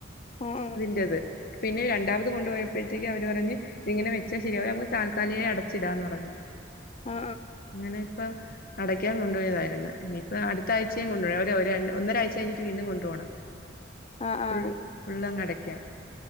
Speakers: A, on the left; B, on the left.
A: ആഹ് ആഹ്
B: ഇതിന്റത് പിന്നെ രണ്ടാമത് കൊണ്ടു പോയപ്പോഴത്തേക്ക് അവര് പറഞ്ഞ് ഇതിങ്ങനെവെച്ചാ ശരിയാവൂലാ നമ്മുക്ക് ഇത് താൽക്കാലികായി അടച്ചിടാന്ന് പറഞ്ഞു
A: ആ
B: ഇങ്ങനെ ഇപ്പ അടക്കാൻ കൊണ്ടുപോയതായിരുന്നു ഞ്ഞിപോ അടുത്ത ആഴ്ചയും കൊണ്ടുപോണം ഒര് ഒര് ഒന്നരാഴ്ച കഴിഞ്ഞിട്ട് വീണ്ടും കൊണ്ട് പോണം
A: ആ ആ
B: ഫുൾ
A: ആ
B: - ഫുള്ളൊന്ന് അടക്കാൻ